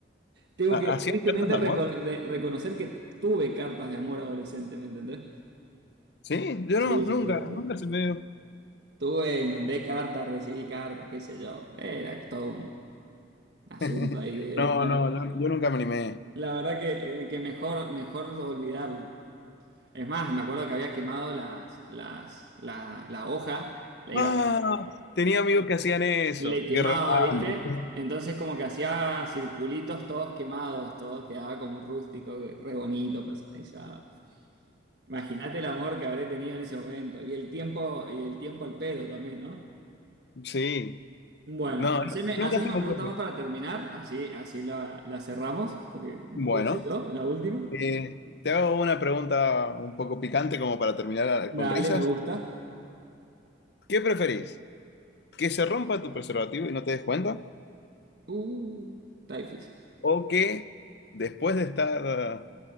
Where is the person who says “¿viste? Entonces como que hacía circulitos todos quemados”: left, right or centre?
Right